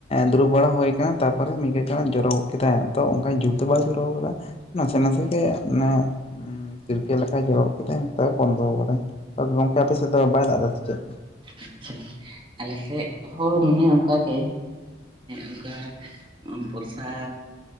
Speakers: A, on the left; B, on the right.
A: ᱫᱩᱲᱩᱵ ᱵᱟᱲᱟ ᱦᱩᱭ ᱠᱟᱱᱟ ᱛᱟᱯᱚᱨᱮ ᱢᱤᱫ ᱜᱷᱟᱲᱤᱡᱼᱼ ᱡᱚᱨᱚ ᱜᱚᱫ ᱠᱮᱫᱟᱭ ᱛᱚ ᱚᱱᱠᱟ ᱡᱩᱨ ᱫᱚ ᱵᱟᱭ ᱡᱚᱨᱚ ᱠᱟᱫᱟ ᱱᱟᱥᱮ ᱱᱟᱥᱮ ᱜᱮ ᱢᱟᱱᱮ ᱛᱤᱨᱯᱤᱭᱮᱫ ᱞᱮᱠᱟᱭ ᱡᱚᱨᱚ ᱠᱮᱫᱟᱭ ᱛᱚᱵᱮ ᱵᱚᱱᱫᱚ ᱠᱟᱫᱟᱭ ᱛᱚᱵᱮ ᱜᱚᱝᱠᱮ ᱟᱯᱮ ᱥᱮᱫ ᱫᱚ ᱵᱟᱭ ᱫᱟᱜ ᱫᱟ ᱥᱮ ᱪᱮᱫ
B: ᱟᱪᱪᱷᱟ ᱟᱞᱮ ᱥᱮᱫ ᱦᱚᱸ ᱢᱚᱱᱮ ᱚᱱᱠᱟ ᱜᱮ ᱚᱱᱠᱟᱼᱼ ᱵᱚᱨᱥᱟᱻ